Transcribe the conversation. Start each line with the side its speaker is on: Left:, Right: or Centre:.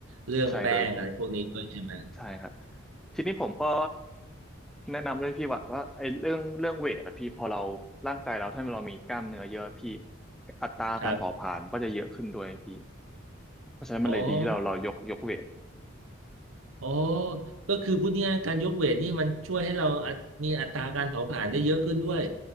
Right: เรื่องแป้งอะไรพวกนี้ด้วยใช่ไหม
Centre: ใช่โดยพี่ใช่ครับทีนี้ผมก็แนะนำเลยพี่ว่าว่าไอ้เรื่องเรื่องเวทอะพี่พอเราร่างกายเราถ้าเรามีกล้ามเนื้อเยอะพี่อัตราการเผาผลาญก็จะเยอะขึ้นด้วยพี่
Right: ครับ
Centre: เพราะฉะนั้นมันเลยดีที่เราเรายกยกเวท
Right: อ๋อ อ๋อก็คือพูดง่ายๆการยกเวทนี่มันช่วยให้เราอัตมีอัตราการเผาผลาญได้เยอะขึ้นด้วย